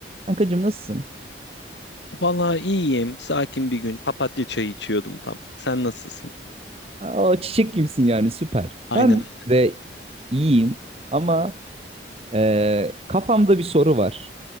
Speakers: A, on the right; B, on the left.
A: Kankacığım nasılsın?
B: Vallahi iyiyim. Sakin bir gün. Papatya çayı içiyordum tam. Sen nasılsın?
A: Aa, çiçek gibisin yani süper.
B: Aynen
A: Ben
B: öyle.
A: de iyiyim ama e, kafamda bir soru var.